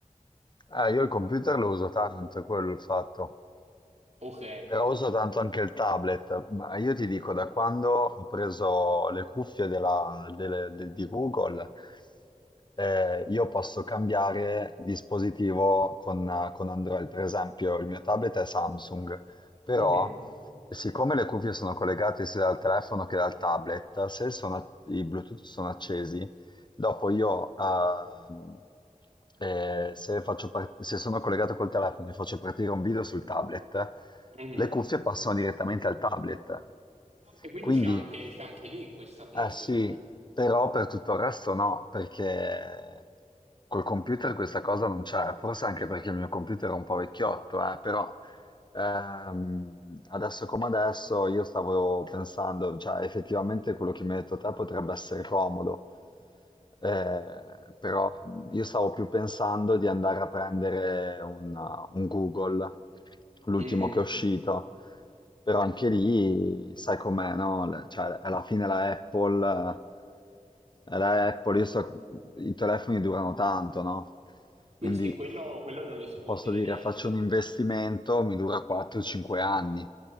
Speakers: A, on the left; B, on the right.
A: Eh, io il computer lo uso tanto, è quello è il fatto.
B: Ok.
A: Però uso tanto anche il tablet, ma io ti dico, da quando ho preso le cuffie della- delle- de- di Google, eh, io posso cambiare dispositivo con, eh, con Android. Per esempio, il mio tablet è Samsung, però
B: Mhm.
A: siccome le cuffie sono collegate sia dal telefono che dal tablet, se sono- i Bluetooth sono accesi, Dopo io, ehm, eh, se faccio part- se sono collegato col telefono e faccio partire un video sul tablet,
B: Mhm.
A: le cuffie passano direttamente al tablet.
B: E quindi
A: Quindi,
B: c'è anche, c'è anche lì questa funzione.
A: eh sì, però per tutto il resto no, perché col computer questa cosa non c'è, forse anche perché il mio computer è un po' vecchiotto, eh, però Ehm, adesso come adesso io stavo pensando, cioè effettivamente quello che mi hai detto te potrebbe essere comodo, Eh, però io stavo più pensando di andare a prendere un, un Google, l'ultimo
B: Mhm.
A: che è uscito, però anche lì sai com'è, no? Le- Cioè alla fine la Apple... Eh, la Apple, io so, i telefoni durano tanto, no?
B: Sì,
A: Quindi
B: sì, quello, quello non gli si può
A: posso
B: dire
A: dire,
B: niente.
A: faccio un investimento, mi dura 4-5 anni.